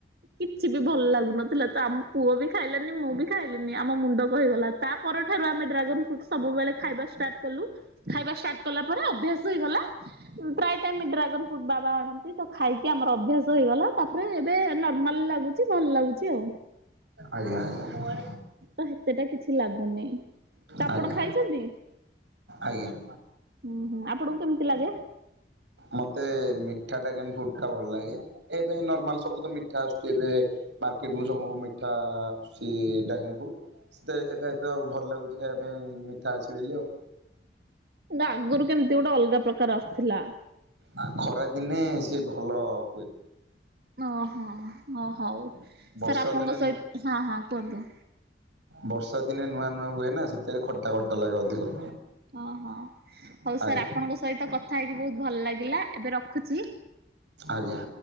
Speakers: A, on the right (about 60°); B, on the right (about 85°).
A: କିଛି ବି ଭଲ ଲାଗୁନଥିଲା, ତ ଆମ ପୁଅ ବି ଖାଇଲାନି ମୁଁ ବି ଖାଇଲିନି ଆମ ମୁଣ୍ଡ କ ହେଇଗଲା, ତା ପରଠାରୁ ଆମେ ଡ୍ରାଗନ୍ ଫ୍ରୁଟ୍ ସବୁବେଳେ ଖାଇବା ଷ୍ଟାର୍ଟ କଲୁ। ଖାଇବା ଷ୍ଟାର୍ଟ କଲା ପରେ ଅଭ୍ୟାସ ହେଇଗଲା। ହୁଁ, ପ୍ରାୟ ଟାଇମ୍ ବି ଡ୍ରାଗନ୍ ଫ୍ରୁଟ୍ ବାବା ଆଣନ୍ତି ତ ଖାଇକି ଆମର ଅଭ୍ୟାସ ହେଇଗଲା। ତାପରେ ଏବେ ନର୍ ମାଲ୍ ଲାଗୁଛି, ଭଲ ଲାଗୁଛି ଆଉ।
B: ଆଜ୍ଞା, ଆଜ୍ଞା।
A: ତ ସେତେଟା କିଛି ଲାଗୁନି, ତ
B: ଆଜ୍ଞା ଆଜ୍ଞା
A: ଆପଣ ଖାଇଛନ୍ତି?
B: ଆଜ୍ଞା।
A: ଅଁ, ହଁ ଆପଣଙ୍କୁ କେମିତି ଲାଗେ?
B: ମୋତେ ମିଠା ଡ୍ରାଗନ୍ ଫୁଡ୍ ଟା ଭଲ ଲାଗେ। ଏବେ ନର୍ମାଲ୍ ସବୁ ତ ମି ଠା ଆସୁଛି ଏବେ ମାର୍କେଟ୍ କୁ ସବୁ ମିଠା। ଉସୁ ଡ୍ରାଗନ୍ ଫ୍ରୁଡ୍ ସେତେ ଏବେ ତ ଭଲ ଲାଗୁଛି ଖାଇବା ପାଇଁ ମିଠା ଅଛି ବୋଲି ଆଉ।
A: ନା ଆଗରୁ କେମିତି ଗୋଟେ ଅଲଗା ପ୍ରକାର ଆସୁଥିଲା।
B: ଆ, ଖରା ଦିନେ ସିଏ ଭଲ ହୁଏ।
A: ଓ ହଁ, ଓ ହୋଉ
B: ବର୍ଷା
A: ସାର୍ ଆପଣଙ୍କ
B: ଦିନେ
A: ସହି ହଁ ହଁ କୁହନ୍ତୁ
B: ବର୍ଷା ଦିନେ ନୂଆ ନୂଆ ହୁଏ ନା ସେଥିରେ ଖଟା ଖଟା ଲାଗେ ଅଧିକ।
A: ହଁ, ହଁ ହଉ ସାର୍
B: ଆଜ୍ଞା
A: ଆପଣଙ୍କ ସହିତ କଥା ହେଇକି ବହୁତ ଭଲ ଲାଗିଲା। ଏବେ ରଖୁଚି?
B: ଆଜ୍ଞା।